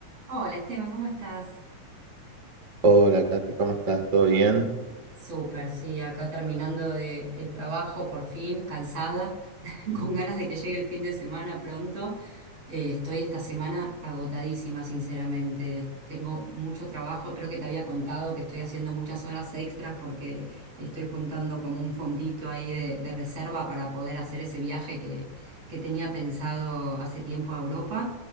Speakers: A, on the right; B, on the right.
A: Hola Esteban, ¿cómo estás?
B: Hola, Katy, ¿cómo estás? ¿Todo bien?
A: Súper, sí, acá terminando de el trabajo por fin, cansada, <laughs>
B: ¿Mm?
A: con ganas de que llegue el fin de semana pronto. Eh, estoy esta semana agotadísima, sinceramente. Tengo mucho trabajo, creo que te había contado que estoy haciendo muchas horas extras porque estoy juntando como un fondito ahí de, de reserva para poder hacer ese viaje que, que tenía pensado hace tiempo a Europa.